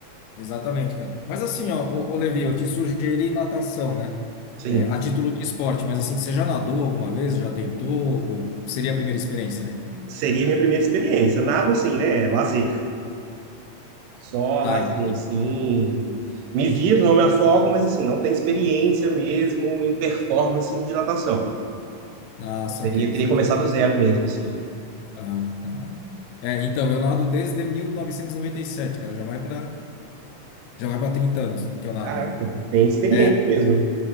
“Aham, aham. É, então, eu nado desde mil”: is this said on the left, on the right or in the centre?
Left